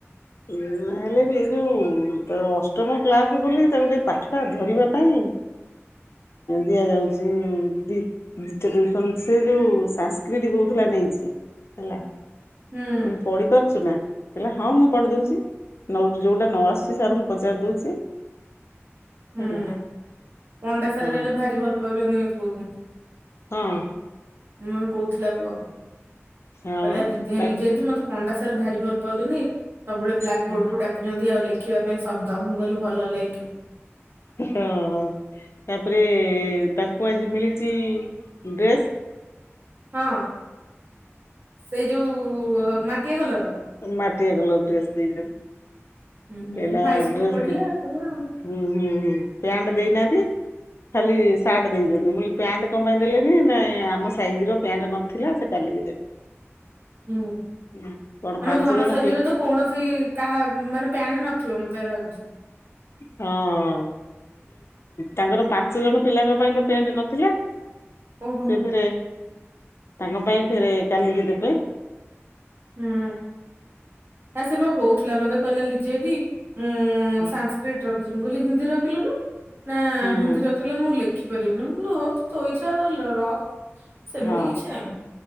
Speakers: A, on the left; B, on the right.
A: <unintelligible> ହେଲେ ବି ଏ ଯୋଉ ଅଷ୍ଟମ କ୍ଲାସ ବୋଲି ତାକୁ ଟିକେ ପାଠ ଟା ଧରିବା ପାଇଁ ଦିଆଯାଉଛି ଦି ଯେତେ ଟିୟୁସନ୍ ସେ ଯୋଉ ସାସ୍କ୍ରଡି କହୁଥିଲା ନେଇଚି ହେଲା ମୁ
B: ହୁଁ
A: କଇଲି ପଢି ପାରୁଚୁ ନା। ହେଲେ ହଁ ମୁଁ ପଡି ଦଉଛି ନ ଯୋଉଟା ନ ଆସୁଛି ସାର ମୁଁ ପଚାରି ଦଉଛି।
B: ହୁଁ
A: ହେଲା।
B: ପଣ୍ଡା ସାର
A: ହଁ
B: ଗାଲି ଭାରି ଭଲ ପାଉଛନ୍ତି, ପୁଅ କୁ।
A: ହଁ।
B: ମୁଁ କହୁଥିଲା ପୁଅ କହିଲା
A: ହଁ
B: ଦିଦି
A: ବା
B: ହେ ଯି ମତେ ପଣ୍ଡା ସାର ଭାରି ଭଲ ପାଉଛନ୍ତି ସବୁବେଳେ ବ୍ଲାକ୍
A: ତା
B: ବୋର୍ଡ କୁ ଡକୁଛନ୍ତି ଆଉ ଲେଖି ଦେଖିବା ପାଇଁ ଶବ୍ଦ ମୁଁ କହିଲି ଭଲ ଲେଖେ
A: ହଁ। ତାପରେ ତାଙ୍କୁ ଆଜି ମିଳିଛି ଡ୍ରେସ
B: ହଁ ସେଇ ଯୋଉ ମାଟିଆ କଲର
A: ମାଟିଆ କଲର ଡ୍ରେସ ଦେଇ
B: ହୁଁ
A: ହେ
B: ହାଇସ୍କୁଲ
A: ଡ୍ରେସ
B: ପଢିଲା ତବେ ଆଉ
A: ହଁ ହ ପ୍ୟାଣ୍ଟ ଦେଇନାହାନ୍ତି। ଖାଲି ସାର୍ଟ ଦେଇଛନ୍ତି ମୁ ପ୍ୟାଣ୍ଟ କଣ ପାଇଁ ଦେଲେନି, ନାଇଁ ଆମ ସାଇଜ ର ପ୍ୟାଣ୍ଟ ନଥିଲା ସେ କାଲି କାଲି ଦେବେ
B: ହୁଁ
A: ହୁଁ କଣ ପାଞ୍ଚ
B: ଆମ ଧନ
A: ଜଣ
B: ସାଇଜ
A: ପି
B: ତ କୌଣସି କାହା ମାନେ ନଥିବ ମୋତେ ଲାଗୁଛି।
A: ହଁ। ତାଙ୍କର ପାଞ୍ଚ ଜଣ ପିଲାଙ୍କ ପାଇଁ ତ ପେଣ୍ଟ ନଥିଲା।
B: ଓହୋ ହୋ।
A: ସେ ଫେର ତାଙ୍କ ପାଇଁ ଫେର କାଲିକି ଦେବେ
B: ହୁଁ ଆ ସେ ବା କଉଥିଲା ମତେ କହିଲା ଲିଜେଦି ଉଁ
A: ହଁ
B: ସାସ୍କ୍ରିଟ ରଖିଛି ମୁଁ କହିଲି ହିନ୍ଦୀ ରଖିଲୁନୁ ନା
A: ହଁ
B: ହିନ୍ଦୀ ରଖିଲେ ମୁଁ ଲେଖିପାରିବିନି ମୁଁ ତ ଇଛା ରଖ ସେମିତି
A: ହଁ
B: କିଛି ନାହିଁ